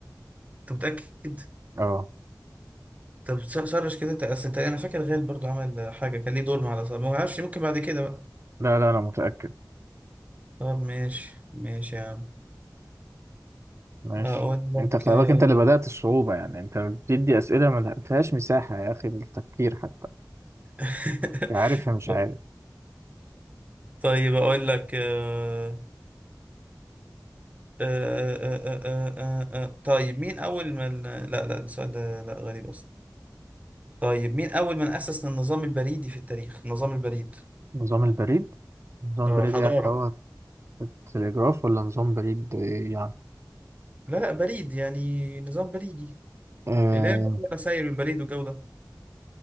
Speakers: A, on the right; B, on the right.
A: انت متأكد
B: اه
A: طب س- سرش كده انت اصل انت انا فاكر غال برضو عمل حاجة كان ليه دور مع الأصابة ما اعرفش ممكن بعد كده بقى
B: لا لا انا متأكد
A: طب ماشي ماشي يا عم
B: ماشي
A: اقول لك
B: انت خلي
A: آه،
B: بالك انت اللي بدأت الصعوبة يعني انت بتدي أسئلة ما فيهاش مساحة يا اخي للتفكير حتى
A: <laughs>
B: يا عارف يا مش عارف
A: طيب اقول لك آه، آه، آه، آه، آه، آه، آه، آه، طيب مين اول ما ال- لا لا السؤال ده لا غريب اصلا طيب مين أول من أسس النظام البريدي في التاريخ؟ النظام البريد
B: نظام البريد نظام
A: آه
B: بريد
A: حضارة
B: يعني اللي هو التليجراف ولا نظام بريد يعني
A: لا لا بريد يعني نظام بريدي
B: آه،
A: اللي هي سير البريد والجو ده